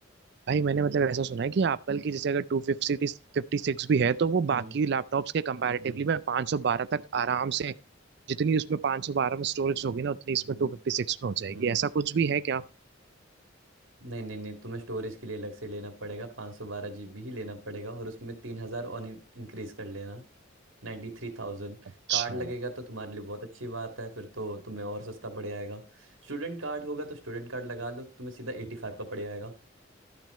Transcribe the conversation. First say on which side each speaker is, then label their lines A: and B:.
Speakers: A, on the right; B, on the right.
A: भाई मैंने
B: हम्म
A: मतलब ऐसा सुना है कि एप्पल की जैसे अगर टू फिफ्टी फिफ्टी सिक्स भी है तो वो
B: हम्म
A: बाकी लैपटॉप्स के कंपैरेटिवली
B: हम्म
A: में 512 तक आराम से जितनी उसमें 512 में स्टोरेज होगी ना उतनी इसमें
B: हम्म,
A: टू फिफ्टी सिक्स में हो जाएगी
B: हम्म।
A: ऐसा कुछ भी है क्या
B: नहीं नहीं नहीं तुम्हें स्टोरेज के लिए अलग से लेना पड़ेगा 512 सौ बारह जीबी ही लेना पड़ेगा और उसमें तीन हजार और इंक्रीज कर लेना नाइन्टी थ्री थाउजेंड
A: अच्छा
B: कार्ड लगेगा तो तुम्हारे लिए बहुत अच्छी बात है फिर तो तुम्हें और सस्ता पड़ जाएगा स्टूडेंट कार्ड होगा तो स्टूडेंट कार्ड लगा लो तुम्हें सीधा एटी फाइव का पड़ जाएगा